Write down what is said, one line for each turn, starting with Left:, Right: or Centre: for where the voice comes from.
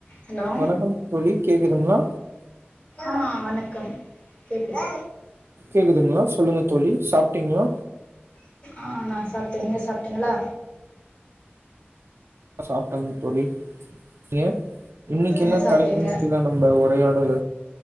Left: Hello
Right: வணக்கம் தோழி கேக்குதுங்ளா
Left: அ வணக்கம் கேக்குது
Right: கேக்குதுங்ளா சொல்லுங்க தோழி சாப்ட்டீங்ளா
Left: அ நா சாப்ட்ட நீங்க சாப்ட்டீங்களா
Right: சாப்ட்டங் தோழி ஏன் இன்னிக்கென்ன
Left: என்ன சாப்ட்டீங்க
Right: தலைப்பின் கீழ நம்ப உரையாடலு